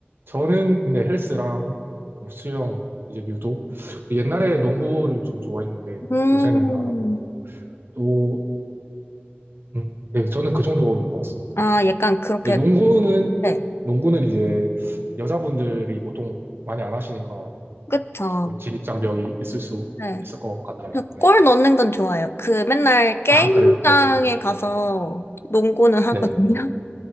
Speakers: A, on the right; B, on the left.
A: 저는 근데 헬스랑 뭐 수영, 이제 유도. 옛날에 농구를 좀 좋아했는데
B: <laughs> 음,
A: 요새는 안 하고 있고 또, 음, 네, 저는 그 정도인 것 같습니다.
B: 아, 약간 그렇게,
A: 근데 농구는,
B: 네.
A: 농구는 이제 여자분들이 보통 많이 안 하시니까
B: 그쵸.
A: 조금 진입장벽이 있을 수
B: 네.
A: 있을 것 같아요.
B: 저골
A: 네.
B: 넣는 건 좋아요. 그 맨날 게임장에
A: 아, 그래요? 네.
B: 가서 농구는 하거든요.
A: 네.